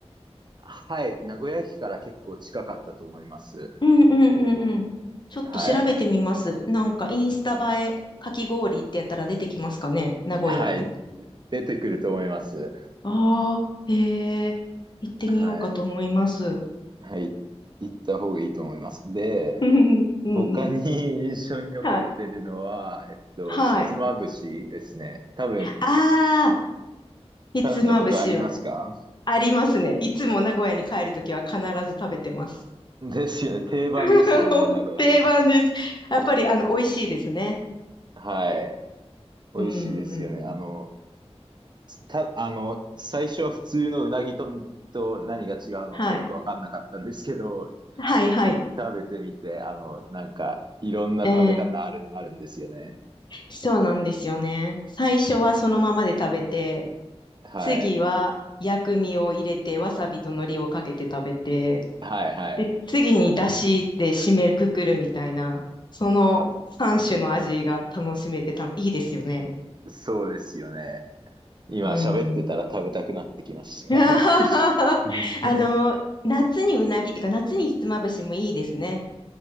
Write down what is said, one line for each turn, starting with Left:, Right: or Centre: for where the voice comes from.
Right: はい。名古屋駅から結構近かったと思います。
Left: うんうんうんうん。ちょっと調べてみます。
Right: はい。
Left: なんかインスタ映えかき氷ってやったら出てきますかね、名古屋で。
Right: はい。出てくると思います。
Left: ああ、へえ、行ってみようかと思います。
Right: はい。はい。行った方がいいと思います。で、
Left: <laughs> うんうん。
Right: 他に <laughs> 印象に残ってるのは、
Left: はい。
Right: えっと、
Left: はい。
Right: ひつまぶしですね。多分、
Left: ああ、ひつまぶしは
Right: 食べたことありますか
Left: ありますね。いつも名古屋に帰るときは必ず食べてます。
Right: <laughs> ですよね。定番ですもんね、
Left: <laughs>
Right: 名古屋の。
Left: 定番です。やっぱりあの、美味しいですね。
Right: はい。美味しいですよね。
Left: うんうん。
Right: あの、た、あの、最初は普通のうなぎ丼と何が違うのかよくわかんなかったんですけど、
Left: はい。はいはい。
Right: 食べてみて、あの、なんか、いろんな食べ方ある、
Left: えー
Right: あるんですよね。
Left: そうなんですよね。最初はそのままで食べて、
Right: はい。
Left: 次は薬味を入れて、わさびと海苔をかけて食べて、
Right: はい、はい。
Left: で、次に出汁で締めくくるみたいな、その3種の味が楽しめてた、
Right: あ、
Left: いいですよね。
Right: そうですよね。今喋ってたら食べたくなってきました。
Left: うん。<laughs>
Right: <laughs>
Left: あの、夏にうなぎっていうか、夏にひつまぶしもいいですね。